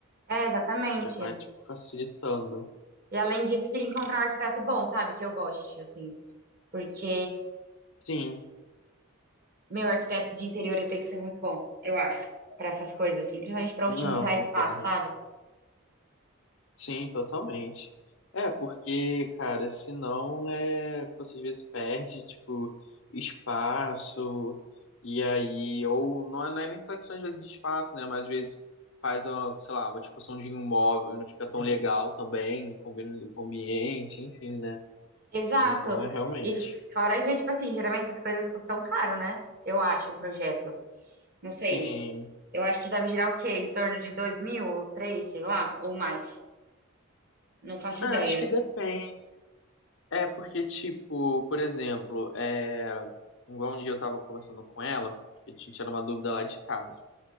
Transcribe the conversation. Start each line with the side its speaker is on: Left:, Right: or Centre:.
Right: É, exatamente.
Left: já vai, tipo, facilitando.
Right: E além disso, eu queria encontrar um arquiteto bom, sabe? Que eu goste, assim. Porque
Left: Sim,
Right: meu arquiteto de interior ele tem que ser muito bom, eu acho, para essas coisas, assim, principalmente para
Left: não,
Right: otimizar
Left: concordo.
Right: espaço, sabe?
Left: Sim, totalmente. É, porque, cara, senão é, você às vezes perde, tipo, espaço, e aí, ou não é, não é nem só questão às vezes de espaço, né? Mas às vezes faz uma, sei lá, uma discussão de um imóvel, não fica tão legal também, combina ali com o ambiente, enfim, né?
Right: Exato.
Left: Então é realmente.
Right: E fora que, tipo assim, geralmente essas coisas custam caro, né? Eu acho, um projeto. Não sei.
Left: Sim.
Right: Eu acho que deve girar o quê? Em torno de dois mil ou 3, sei lá, ou mais. Não faço
Left: É,
Right: ideia.
Left: acho que depende. É, porque, tipo, por exemplo, é, igual um dia eu tava conversando com ela, a gente tinha uma dúvida lá de casa.